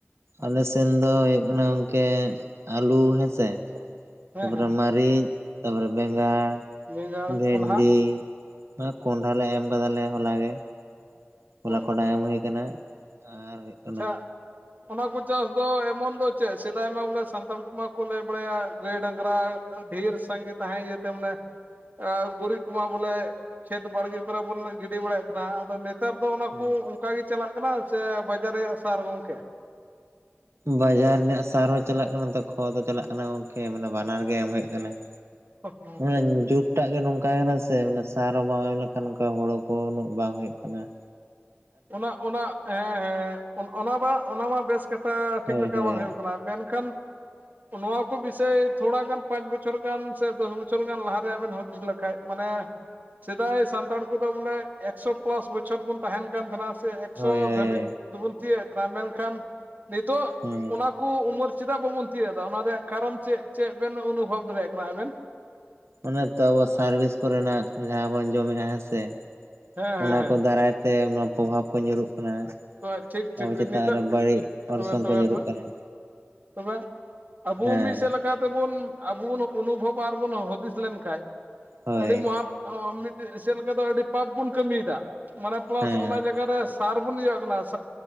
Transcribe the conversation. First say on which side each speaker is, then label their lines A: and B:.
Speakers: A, on the right; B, on the right.
A: ᱟᱞᱮ ᱥᱮᱱ ᱫᱚ ᱦᱩᱭᱩᱜ ᱠᱟᱱᱟ ᱜᱚᱝᱠᱮ ᱟᱹᱞᱩ ᱦᱮᱸᱥᱮ ᱾
B: ᱦᱮᱸ
A: ᱛᱟᱨᱯᱚᱨᱮ
B: ᱦᱮᱸ
A: ᱢᱟᱹᱨᱤᱪ ᱛᱟᱨᱯᱚᱨᱮ ᱵᱮᱸᱜᱟᱲ
B: ᱵᱮᱸᱜᱟᱲ
A: ᱵᱷᱮᱱᱰᱤ
B: ᱠᱚᱸᱰᱷᱟ
A: ᱾ ᱠᱚᱸᱰᱷᱟ ᱞᱮ ᱮᱢ ᱟᱠᱟᱫᱟᱞᱮ ᱦᱚᱞᱟ ᱜᱮ ᱾ ᱦᱚᱞᱟ
B: ᱚ
A: ᱠᱚᱰᱟ ᱮᱢ ᱦᱩᱭ ᱟᱠᱟᱱᱟ ᱟᱨ ᱾
B: ᱟᱪᱷᱟ ᱚᱱᱟ ᱠᱚ ᱪᱟᱥ ᱾ ᱟᱫᱚ ᱮᱢᱚᱱ ᱫᱚ ᱪᱮᱫ ᱥᱮᱫᱟᱭ ᱢᱟ ᱵᱚᱞᱮ ᱥᱟᱱᱛᱟᱲ ᱠᱚᱢᱟ ᱠᱚ ᱞᱟᱹᱭ ᱵᱟᱲᱟᱭᱟ ᱜᱟᱹᱭ ᱰᱟᱝᱨᱟ ᱰᱷᱮᱨ ᱥᱟᱸᱜᱮ ᱼᱼ ᱛᱟᱦᱮᱸ ᱤᱭᱟᱹ ᱛᱮ ᱢᱟᱱᱮ ᱾ ᱜᱩᱨᱤᱡ ᱠᱚᱢᱟ ᱵᱚᱞᱮ ᱠᱷᱮᱛ ᱵᱟᱲᱜᱮ ᱠᱚᱨᱮ ᱵᱚᱱ ᱜᱤᱰᱤ ᱵᱟᱲᱟᱭᱮᱫ ᱛᱟᱦᱮᱱᱟ ᱾ ᱟᱫᱚᱼᱼ ᱱᱮᱛᱟᱨ ᱫᱚ ᱚᱱᱟ
A: ᱦᱩᱸ
B: ᱠᱚ ᱚᱱᱠᱟ ᱜᱮ ᱪᱟᱞᱟᱜ ᱠᱟᱱᱟ ᱥᱮ ᱵᱟᱡᱽᱟᱨ ᱨᱮᱭᱟᱜ ᱥᱟᱨ ᱜᱚᱝᱠᱮ?
A: ᱵᱟᱡᱟᱨ ᱤᱱᱟᱹᱜ ᱥᱟᱨ ᱦᱚᱸ ᱪᱟᱞᱟᱜ ᱠᱟᱱᱟ ᱱᱽᱛᱚ ᱠᱷᱚᱛ ᱦᱚᱸ ᱪᱟᱞᱟᱜ ᱠᱟᱱᱟ ᱜᱚᱝᱠᱮ ᱢᱟᱱᱮ ᱵᱟᱱᱟᱨ ᱜᱮ ᱮᱢ ᱦᱩᱭᱩᱜ ᱠᱟᱱᱟ ᱾
B: ᱴᱷᱤᱠ ᱴᱷᱤᱠ
A: ᱦᱮᱸ
B: ᱴᱷᱤᱠ
A: ᱡᱩᱜᱽᱴᱟᱜ ᱜᱮ ᱱᱚᱝᱠᱟᱭ ᱮᱱᱟ ᱥᱮ ᱾ ᱥᱟᱨ ᱦᱚᱸ ᱵᱟᱢ ᱮᱢ ᱞᱮᱠᱷᱟᱱ ᱦᱩᱲᱩ ᱠᱚ ᱩᱱᱟᱹᱜ ᱵᱟᱝ ᱦᱩᱭᱩᱜ ᱠᱟᱱᱟ ᱾
B: ᱚᱱᱟ ᱚᱱᱟ, ᱦᱮᱸ ᱦᱮᱸ᱾ ᱚᱱ ᱚᱱᱟ ᱢᱟ ᱚᱱᱟ ᱢᱟ ᱵᱮᱥ ᱠᱟᱛᱷᱟ ᱴᱷᱤᱠ
A: ᱦᱳᱭ
B: ᱞᱮᱠᱟ
A: ᱦᱳᱭ
B: ᱵᱟᱝ ᱦᱩᱭᱩᱜ ᱠᱟᱱᱟ, ᱢᱮᱱᱠᱷᱟᱱ ᱱᱚᱣᱟ ᱠᱚ ᱵᱤᱥᱚᱭ ᱛᱷᱚᱲᱟ ᱜᱟᱱ ᱯᱟᱸᱪ ᱵᱚᱪᱷᱚᱨ ᱜᱟᱱ ᱥᱮ ᱫᱚᱥ ᱵᱚᱪᱷᱚᱨ ᱜᱟᱱ ᱞᱟᱦᱟ ᱨᱮᱭᱟᱜ ᱵᱮᱱ ᱦᱩᱫᱤᱥ ᱞᱮᱠᱷᱟᱡ ᱢᱟᱱᱮ ᱥᱮᱫᱟᱭ ᱥᱟᱱᱛᱟᱲ ᱠᱚᱫᱚ ᱵᱚᱞᱮ ᱮᱠᱥᱚ ᱯᱞᱟᱥ ᱵᱚᱪᱷᱚᱨ ᱵᱚᱱ ᱛᱟᱦᱮᱱ ᱠᱟᱱ ᱛᱟᱦᱮᱱᱟ ᱥᱮ ᱮᱠᱥᱚ
A: ᱦᱳᱭ ᱦᱳᱭ
B: ᱫᱷᱟᱹᱵᱤᱡ ᱫᱚᱵᱚᱱ ᱛᱤᱭᱟᱹᱜ ᱮᱫ ᱛᱟᱦᱮᱱᱟ ᱢᱮᱱᱠᱷᱟᱱ ᱱᱤᱛᱳᱜ
A: ᱦᱮᱸ
B: ᱚᱱᱟ ᱠᱩ ᱩᱢᱟᱹᱨ ᱪᱮᱫᱟᱜ ᱵᱟᱵᱚᱱ ᱛᱤᱭᱟᱹᱜ ᱮᱫᱟ ᱚᱱᱟ ᱨᱮᱭᱟᱜ ᱠᱟᱨᱚᱱ ᱪᱮᱫ ᱪᱮᱫ ᱵᱮᱱ ᱚᱱᱩᱵᱷᱚᱵ ᱫᱟᱲᱮᱭᱟᱜ ᱠᱟᱱᱟ ᱟᱵᱮᱱ?
A: ᱚᱱᱫ ᱛᱚ ᱟᱵᱚ ᱥᱟᱨ ᱵᱤᱥ ᱠᱚᱨᱮᱱᱟᱜ ᱡᱟᱦᱟᱸ ᱵᱚᱱ ᱡᱚᱢᱮᱜ-ᱟ ᱦᱮᱸ ᱥᱮ
B: ᱦᱮᱸ ᱦᱮᱸ
A: ᱚᱱᱟ
B: ᱦᱮᱸ
A: ᱠᱚ
B: ᱦᱮᱸ
A: ᱫᱟᱨᱟᱭ ᱛᱮ ᱱᱚᱣᱟ ᱯᱨᱚᱵᱷᱟᱵᱽ ᱠᱚ ᱧᱩᱨᱩᱜ ᱠᱟᱱᱟ᱾
B: <unintelligible> ᱴᱷᱤᱠ
A: ᱟᱵᱚ
B: ᱴᱷᱤᱠ
A: ᱪᱮᱛᱟᱱ
B: ᱴᱷᱤᱠ ᱱᱤᱛᱚᱜ
A: ᱨᱮ ᱵᱟᱹᱲᱤᱡ ᱚᱨᱥᱚᱝ
B: ᱛᱚᱵᱮ ᱛᱚᱵᱮ
A: ᱠᱚ ᱧᱩᱨᱩᱜ
B: ᱛᱚᱵᱮ
A: ᱠᱟᱱᱟ
B: ᱛᱚᱵᱮ ᱟᱵᱚ
A: ᱦᱮᱸ
B: ᱢᱤᱫ ᱥᱮᱫ ᱞᱮᱠᱟ᱾ ᱛᱮᱵᱚᱱ ᱟᱵᱚᱱ ᱚᱱᱩᱵᱷᱚᱵ ᱟᱨᱵᱚᱱ ᱦᱩᱫᱤᱥ ᱞᱮᱱᱠᱷᱟᱡ
A: ᱦᱳᱭ
B: ᱟᱹᱰᱤ ᱢᱚᱦᱟ ᱟᱺ... ᱢᱤᱫᱴᱮᱡ ᱥᱮ ᱞᱮᱠᱟ ᱫᱚ ᱟᱹᱰᱤ ᱯᱟᱯ ᱵᱚᱱ ᱠᱟᱹᱢᱤ ᱮᱫᱟ ᱢᱟᱱᱮ ᱯᱟ. ᱞᱟᱥ
A: ᱦᱮᱸ
B: ᱚᱱᱟ ᱡᱟᱜᱟ ᱨᱮ ᱥᱟᱨ ᱵᱚᱱ ᱤᱭᱟᱹᱜ ᱠᱟᱱᱟ ᱥᱟᱜ...